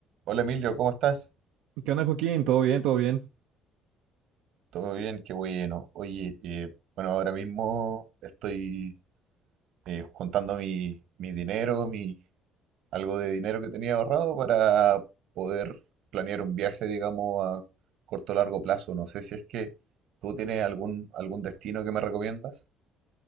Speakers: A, on the right; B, on the right.
A: Hola Emilio, ¿cómo estás?
B: ¿Qué onda, Joaquín? ¿Todo bien? ¿Todo bien?
A: Todo bien, qué bueno. Oye, eh, bueno, ahora mismo estoy eh, juntando mi, mi dinero, mi, algo de dinero que tenía ahorrado para poder planear un viaje, digamos, a corto o largo plazo. No sé si es que tú tienes algún, algún destino que me recomiendas.